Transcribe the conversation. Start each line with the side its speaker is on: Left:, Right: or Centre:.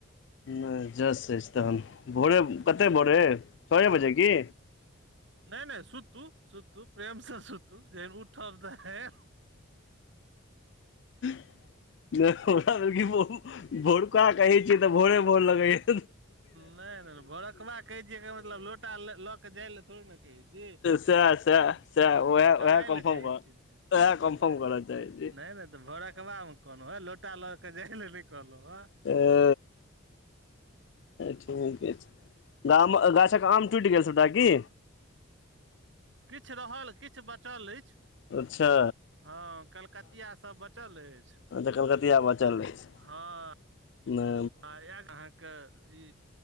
Left: नहि जस अछि तहन भोरे कते भोरे छये बजे की
Right: नहि नहि सुतू सुतू प्रेम से सुतू जेन उठब तऽ हे हां
Left: नैह ह हमरा भेल क भोरका कहै छिय तऽ भोरे मोन लगेया
Right: नै नै भोरकबा कहै छियै एकर मतलब लोटा लऽ के जाइ ल थोड़ी न‌ कहै छि
Left: सएह सएह सएह उएह
Right: खेलाइ
Left: उएह कन्फर्म
Right: ल कहै
Left: कर
Right: छीये एकबेर
Left: उएह
Right: हूँ
Left: कन्फर्म करऽ चाहै छी
Right: नै नै तऽ भोरकबामे कोनो ह लोटा ल जा लेल नहि कहलहु ह
Left: ओ ठी <unintelligible> के गाछक
Right: अ,
Left: आम टुटि गेल सबटा की
Right: किछु रहल किछु बचल अछि
Left: अच्छा
Right: हँ कलकतिआ सब बचल अछि
Left: अच्छा कलकतिया बचल अछि
Right: हँ
Left: नै
Right: आ आए अहाँके ई